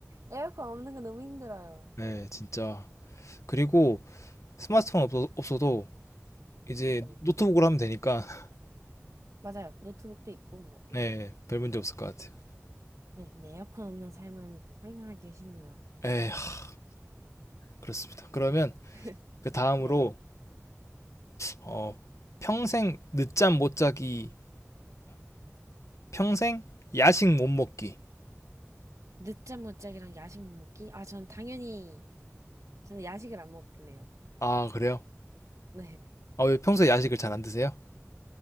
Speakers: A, on the right; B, on the left.
A: 에어컨 없는 건 너무 힘들어요.
B: 네 진짜. 그리고 스마트폰 없어, 없어도 이제
A: 음,
B: 노트북으로 하면 되니까 <laughs>
A: 맞아요. 노트북도 있고, 뭐. <laughs>
B: 네, 별 문제 없을 것 같아요.
A: 네, 네. 에어컨 없는 삶은 상상하기 싫네요.
B: 에, 하, 그렇습니다. 그러면
A: <laughs>
B: 그 다음으로
A: 네.
B: 어, 평생 늦잠 못 자기랑 평생 야식 못 먹기.
A: 늦잠 못 자기랑 야식 못 먹기? 아, 전 당연히, 저는 야식을 안 먹길래요.
B: 아, 그래요?
A: 네.
B: 아, 왜 평소에 야식을 잘 안 드세요?